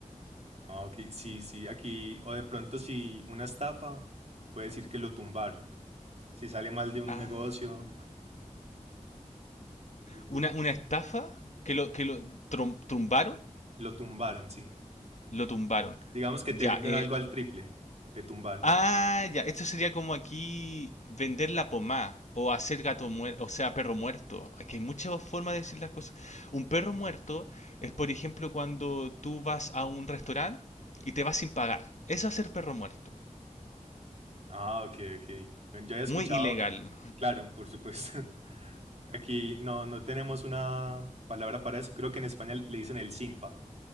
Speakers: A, on the right; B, on the left.
A: Ah, Ok, sí, sí, aquí, o de pronto si una estafa, puede decir que lo tumbaron. Si sale mal de un
B: Ah,
A: negocio,
B: una,
A: interés-
B: una estafa que lo, que lo trum- tumbaron,
A: lo tumbaron, sí.
B: lo tumbaron.
A: Digamos que
B: Ya,
A: te venden
B: eh,
A: algo al triple, te tumbaron.
B: ah, ya, esto sería como aquí vender la pomada o hacer gato muerto, o sea, perro muerto. Es que hay muchas formas de decir las cosas. Un perro muerto es, por ejemplo, cuando tú vas a un restaurante y te vas sin pagar. Eso es ser perro muerto.
A: Ah, ok, ok. Bueno, yo había
B: Muy
A: escuchado,
B: ilegal.
A: claro, por supuesto. <laughs> Aquí no, no tenemos una palabra para eso. Creo que en España le dicen el simpa,